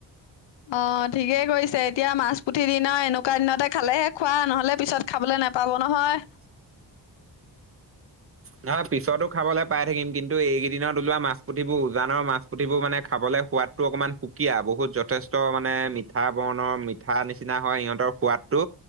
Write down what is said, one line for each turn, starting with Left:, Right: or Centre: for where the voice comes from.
Left: অ', ঠিকেই কৰিছে। এতিয়া মাছ পুঠি দিনৰ এনেকুৱা দিনতে খালেহে খোৱা, নহ'লে পিছত খাবলৈ নাপাব নহয়।
Right: নহয় পিছতো খাবলৈ পাই থাকিম কিন্তু এইকেইদিনত ওলোৱা মাছ পুথিবোৰ উজানৰ মাছি। পুথিবোৰ মানে খাবলৈ সোৱাদটো অকণমান সুকীয়া, বহুত যথেষ্ট মানে মিঠা বৰণৰ মি <unintelligible> নিচিনা হয় সিহঁতৰ সোৱাদটো,